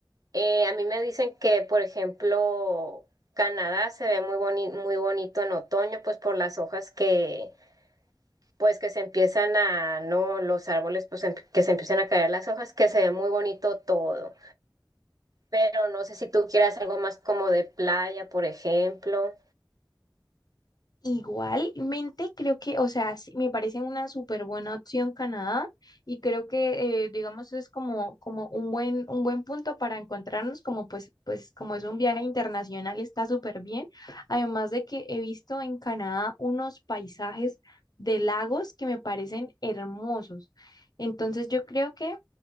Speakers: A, on the right; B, on the left.
A: eh, a mí me dicen que, por ejemplo, Canadá se ve muy boni- muy bonito en otoño, pues por las hojas que, pues que se empiezan a, no, los árboles, pues em- que se empiezan a caer las hojas, que se ve muy bonito todo. Pero no sé si tú quieras algo más como de playa, por ejemplo.
B: Igualmente, creo que, o sea, sí, me parece una súper buena opción Canadá y creo que, eh, digamos, es como, como un buen, un buen punto para encontrarnos, como pues, pues como es un viaje internacional, está súper bien. Además de que he visto en Canadá unos paisajes de lagos que me parecen hermosos. Entonces, yo creo que